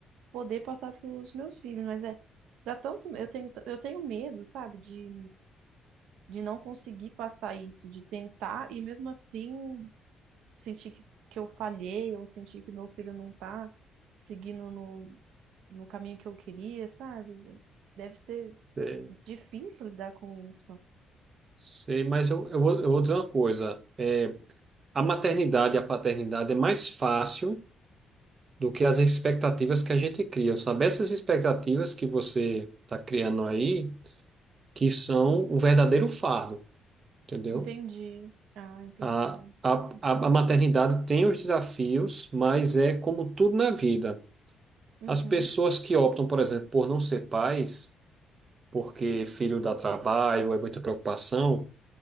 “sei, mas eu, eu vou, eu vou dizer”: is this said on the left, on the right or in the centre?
Right